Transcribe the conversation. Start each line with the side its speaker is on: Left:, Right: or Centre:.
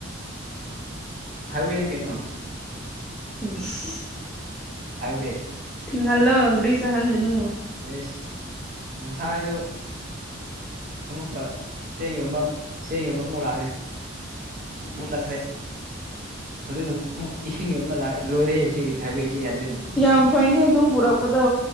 Right: ꯍꯥꯏ ꯋꯦꯅꯦ ꯀꯩꯅꯣ
Centre: <inaudible>
Right: ꯍꯥꯏꯋꯦ
Centre: ꯊꯤꯡꯍꯜꯂꯣꯒ꯭ꯔꯤ ꯆꯍꯟꯒꯅꯨ
Right: ꯑꯦꯁ ꯉꯁꯥꯏꯗꯣ ꯑꯃꯨꯛꯀ ꯆꯦꯡ ꯌꯣꯟꯕ ꯆꯦꯡ ꯌꯣꯟꯕ ꯑꯃꯨꯛ ꯂꯥꯛꯑꯦ
Centre: ꯑꯩꯁ
Right: ꯑꯃꯨꯛ ꯆꯠꯈ꯭ꯔꯦ ꯍꯧꯖꯤꯛꯅ ꯑꯃꯨꯛ ꯏꯁꯤꯡ ꯌꯣꯟꯕ ꯂꯥꯏ ꯂꯣꯏꯔꯦ ꯁꯤ ꯍꯥꯏꯕꯤꯁꯤ ꯌꯥꯗ꯭ꯔꯦꯅꯦ
Centre: ꯌꯥꯝ ꯐꯩꯅꯦ ꯑꯗꯨꯝ ꯄꯨꯔꯛꯄꯗꯣ